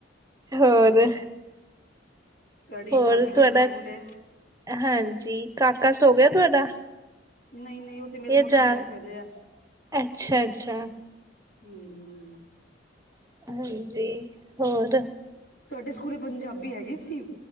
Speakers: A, on the right; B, on the left.
A: ਹੋਰ
B: ਔਰ ਤੁਹਾਡੀ
A: ਹੋਰ
B: ਭਾਣਜੀ ਬੜੀ
A: ਤੁਹਾਡਾ
B: ਕਿਊਟ ਹੈ
A: ਹਾਂਜੀ ਕਾਕਾ ਸੋ ਗਿਆ ਤੁਹਾਡਾ
B: ਨਹੀਂ ਨਹੀਂ ਉਹ ਤੇ ਮੇਰੇ
A: ਇਹ
B: ਮਗਰ
A: ਜਾਗ
B: ਮਗਰ ਫਿਰ ਰਿਹਾ
A: ਅੱਛਾ ਅੱਛਾ
B: ਹੂ,,,
A: ਹਾਂਜੀ ਹੋਰ
B: ਸਾਡੇ ਸਕੂਲੇ ਪੰਜਾਬੀ ਹੈਗੀ ਸੀ